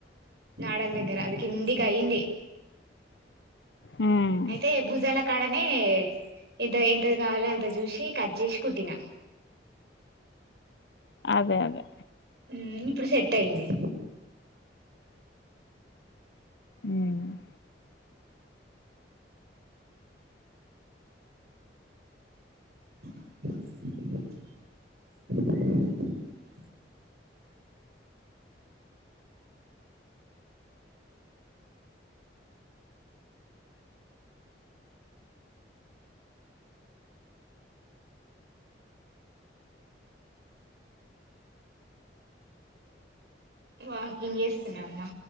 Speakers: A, on the right; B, on the left.
A: నాడల దగ్గర అది కిందికి అయి్యంది
B: మ్మ్.
A: అయితే భూజాల కాడనే ఎంత ఎంత కావాలో అంత చూసి కట్ చేసి కుట్టినా
B: అదే అదే
A: ఉమ్ ఇప్పుడు సెట్ అయింది
B: ఉమ్
A: అ వాకింగ్ చేస్తున్నామ్మా